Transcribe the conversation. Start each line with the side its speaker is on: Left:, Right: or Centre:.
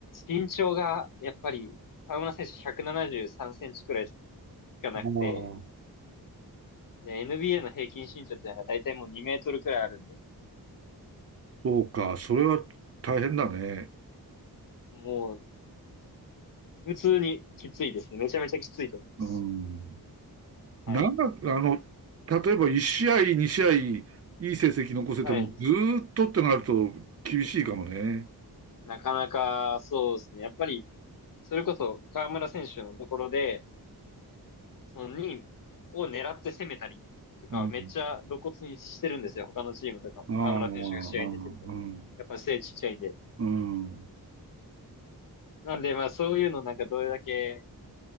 Left: 身長がやっぱり河村選手173センチくらいしかなくて、
Right: ああ、
Left: で、NBA の平均身長ってのが大体もう2メートルくらいあるんで、
Right: そうか。それは大変だね。
Left: もう、普通にきついですね。めちゃめちゃきついと思います。
Right: うん。
Left: はい。
Right: なんだ、あの、例えば1試合、2試合、いい成績残せても、
Left: はい。
Right: ずーっとってなると厳しいかもね。
Left: なかなか、そうですね。やっぱり、それこそ河村選手のところで、その2位を狙って攻めたりとか、
Right: うん。
Left: めっちゃ露骨にしてるんですよ。他のチームとかも。
Right: ああ、
Left: 河村選手が試合に出てると。
Right: ああ、うん。
Left: やっぱ背ちっちゃいんで。
Right: うん。うん。
Left: なんで、まあそういうのなんかどれだけ、